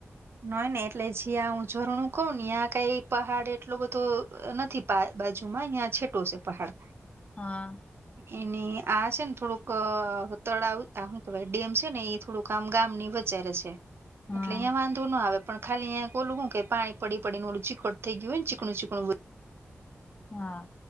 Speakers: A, on the right (about 60°); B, on the left (about 30°).
A: નય ને એટલે જ્યાં હું ઝરણું કહ ને આ્યા કઈ પહાડ એટલો બધો નથી બાજુ માં અહં છેટો છે પહાડ
B: હા
A: એને આ છે ને થોડુંક તળાવું કે હૂ કેવાય ડેમ છે ને એ થોડું કામ ગામ ની વચ્ચે છે
B: હા
A: એટલે અહંયા વાંધ ના આવે પણ ખાલી અયા ઓલું કે પાણી પડી પડી ને ઓલું ચીકટ થઈ ગયું ને ચીકું ચીકણું
B: હા